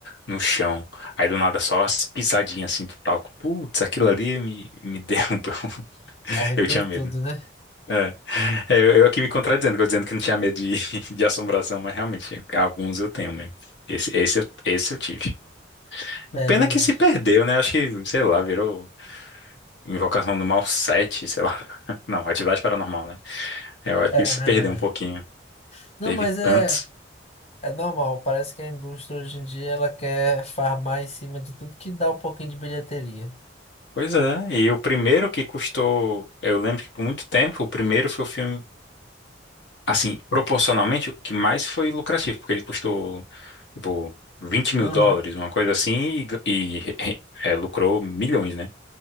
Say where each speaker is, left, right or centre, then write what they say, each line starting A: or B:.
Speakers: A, on the left; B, on the left.
A: no chão. Aí do nada só as pisadinhas assim do talco. Putz, aquilo ali me, me derrubou. <laughs>
B: Arrepia
A: Eu tinha
B: tudo,
A: medo.
B: né?
A: É. É, eu, eu aqui me contradizendo, que eu dizendo que não tinha medo de, <laughs> de assombração, mas realmente, alguns eu tenho mesmo. Esse, esse, eu- esse eu tive. O
B: É
A: Pena
B: verdade.
A: é que se perdeu, né? Acho que, sei lá, virou Invocação do Mal 7 sei lá. <laughs> Não, Atividade Paranormal, né? Eu acho
B: É
A: que ele se
B: verdade.
A: perdeu um pouquinho.
B: Não,
A: Teve
B: mas é,
A: tantos.
B: é normal. Parece que a indústria hoje em dia ela quer farmar em cima de tudo que dá um pouquinho de bilheteria.
A: Pois é, e o primeiro que custou, eu lembro que por muito tempo, o primeiro foi o filme, assim, proporcionalmente, o que mais foi lucrativo, porque ele custou, tipo, vinte mil
B: Aham.
A: dólares, uma coisa assim, e, e, é, lucrou milhões, né?